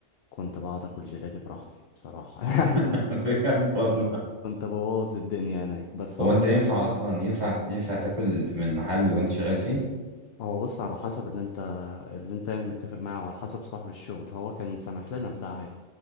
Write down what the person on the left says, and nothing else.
كنت بقعد اكل جيلاتي براحتي بصراحة <laughs>
كنت ببوظ الدنيا هناك بس
هو
يعني
هو بص على حسب اللي انت اللي انت يعني متفق معاه وعلى حسب صاحب الشغل هو كان سامح لنا بده عادي